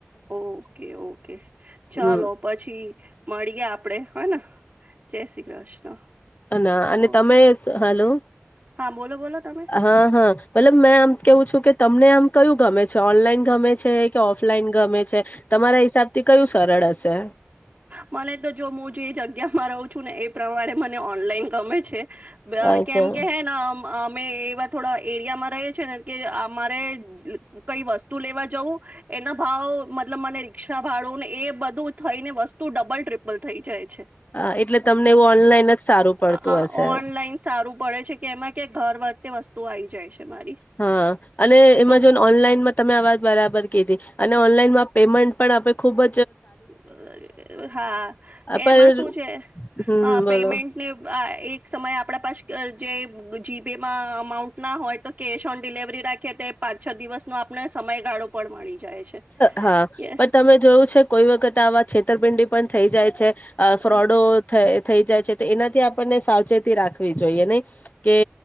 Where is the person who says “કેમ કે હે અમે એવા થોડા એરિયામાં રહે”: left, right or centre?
Right